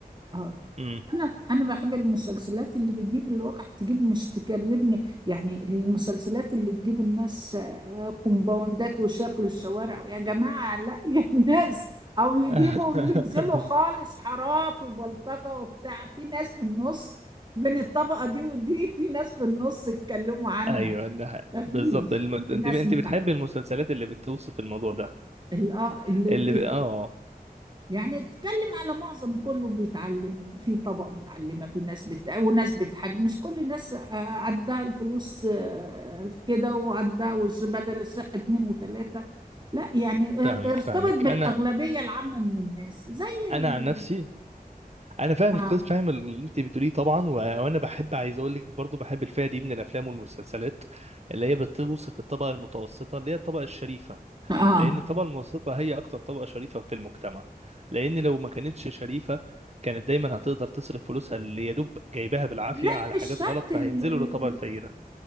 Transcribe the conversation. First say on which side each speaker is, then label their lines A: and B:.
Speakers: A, on the right (about 30°); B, on the right (about 45°).
A: اه
B: امم
A: انا انا بحب المسلسلات اللي بتجيب الواقع تجيب مش تكلمني يعني المسلسلات اللي تجيب الناس آه، كومباوندات وشكل الشوارع يا جماعة لا <laughs> يا ناس او يجيبوا
B: <laughs>
A: وينزلوا خالص حارات وبلطجة وبتاع في ناس في النص بين الطبقة دي ودي في ناس في النص اتكلموا عنها
B: ايوه إنها ح-
A: مفيش
B: بالظبط الم... انت
A: في ناس
B: انت
A: بتاع
B: بتحب المسلسلات اللي بتوصف الموضوع ده
A: ال- اه اللي
B: اللي ب... اه آه.
A: يعني اتكلم على معظم كله بيتعلم في طبقة متعلمة في ناس بت... وناس بتحج مش كل الناس آه، عندها الفلوس آه، كده وعندها وش بدل الشقة اتنين وتلاتة لا يعني
B: فاهمك
A: ار- ارتبط
B: فاهمك
A: بالأغلبية
B: انا
A: العامة من الناس زي
B: انا
A: ال...
B: عن نفسي انا فاهم
A: آه.
B: قص فاهم اللي انت بتقوليه طبعا و- وانا بحب عايز اقول لك برضو بحب الفئه دي من الافلام والمسلسلات اللي هي بتوصف الطبقه المتوسطه اللي هي الطبقه الشريفه
A: آه.
B: لان الطبقه المتوسطه هي اكتر طبقه شريفه في المجتمع لان لو ما كانتش شريفه كانت دايما هتقدر تصرف فلوسها اللي يا دوب جايباها بالعافيه
A: لا
B: على
A: مش
B: حاجات
A: شرط
B: غلط فهينزلوا
A: ال... ال...
B: للطبقه
A: ال...
B: الفقيره